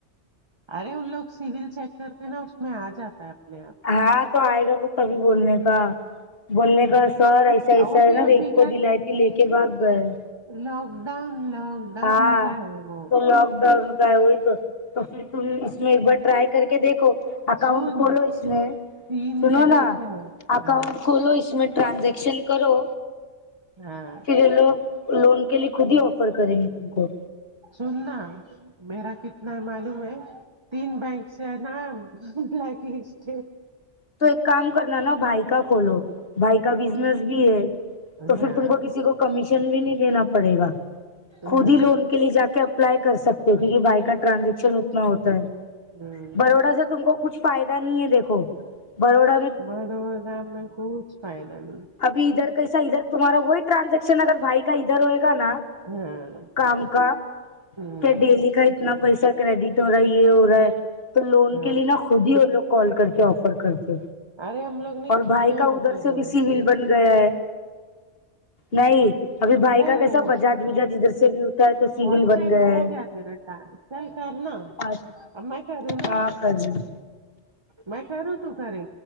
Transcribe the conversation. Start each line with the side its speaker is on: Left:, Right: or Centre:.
Right: ارے ان لوگ سیول چیک کرتے نا اس میں آ جاتا ہے اپنے آپ
Left: ہاں تو آئے گا تو تبھی بولنے کا بولنے
Right: آپ ہاں
Left: کا سر ایسا ایسا
Right: اور وہ بھی
Left: ہے نا
Right: ابھی
Left: ایک کو دلائی تھی لے کے بھگ گئے
Right: لوک ڈاؤن ڈاؤن
Left: ہاں
Right: کا ہے وہ
Left: تو لوک ڈاؤن کا ہے وہی تو تو پھر تم اس میں ایک بار ٹرائی کر کے دیکھو اکاؤنٹ
Right: سن
Left: کھولو اس میں
Right: تین
Left: سنو
Right: جگہ
Left: نا
Right: سے ہے
Left: اکاؤنٹ
Right: ہاں
Left: کھولو اس میں ٹرانزیکشن کرو
Right: ہاں
Left: پھر لوگ لون کے لیے خود ہی آفر کریں گے تم کو
Right: سننا میرا کتنا معلوم ہے تین بینک سے بلیک لسٹ
Left: تو ایک کام کرنا نا بھائی کا کھولو بھائی کا بسسنسس بھی ہے تو
Right: ہاں
Left: پھر تم کو کسی کو کمیشن بھی نہیں دینا پڑے گا
Right: ہاں
Left: خود ہی لون کے لیے جا کے اپ اپلائی کر سکتے ہو کیونکہ بھائی کا ٹرانزیکشن اتنا ہوتا ہے
Right: ہ
Left: بروڈا کا تم کو کچھ فائدہ نہیں ہے دیکھو بڑوڑا
Right: بڑوودہ میں کج فائدہ نہیں
Left: اب ادھر کیس ادھر تمہارا وہی ٹانزیکشن اگر بھائی کا ادھر ہوئے گا نا
Right: ہاں
Left: کام کا
Right: ہ
Left: کیا ڈیلی کا اتنا پیسہ کریڈٹ ہو رہا ہے یہ ہو رہا ہے تو لون
Right: ہ
Left: کے لیے نا خود ہی وہ لوگ کال کرتے آفر کرتے
Right: ارے ہم لوگ نے
Left: اور
Right: کیے
Left: بھائی کا
Right: ان
Left: ادھر
Right: کے
Left: سے
Right: دوست
Left: بھی سیویل
Right: نے
Left: بن گیا ہے نہیں ابھی بھائی
Right: چل
Left: کا کیسا
Right: وہ
Left: بجاج وجاج ادھر سے بھی ہوتا ہے تو سیویل
Right: فون
Left: بن
Right: چیک
Left: گیا
Right: ہو
Left: ہے
Right: تیرا ٹائم چل کرنا
Left: آج
Right: اب میں کروں نا
Left: ہا کزن
Right: میں کروں تم کرے